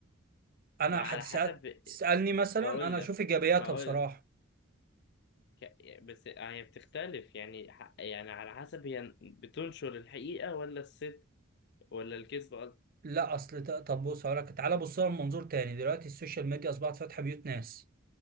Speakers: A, on the right (about 45°); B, on the left (about 55°).
A: انا
B: ما
A: هتسال
B: على حسب
A: تسالني مثلا
B: اقول
A: انا
B: لك
A: اشوف ايجابياتها
B: هقول
A: بصراحه
B: لك ك- بس آه، هي بتختلف يعني ح- يعني على حسب هي بتنشر الحقيقه ولا الصدق ولا الكذب قصدي.
A: لا اصل ت- طب بص هقول لك تعالى بص لها من منظور تاني دلوقتي السوشيال ميديا اصبحت فاتحه بيوت ناس